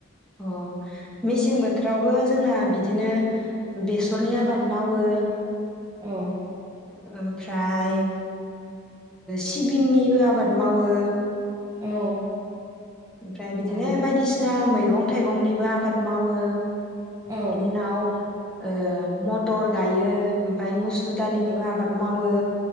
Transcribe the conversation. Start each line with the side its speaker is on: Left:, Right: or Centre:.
Centre: अ मेसें बोथोराव बो जोंना बिदिनो बेसरनि आबाद मावो। ओमफ्रा
Right: औ
Centre: फ्राय ओ सिबिंनिबो आबाद मावो।
Right: औ।
Centre: ओमफ्राय बिदिनो
Right: आरो
Centre: बायदिसिना मै मैगं थाइगंनिबो आबाद मावो।
Right: औ
Centre: बिनि उनाव ओ मथर गायो। फाय मुसुर दालिनिबो
Right: औ
Centre: आबाद मावो।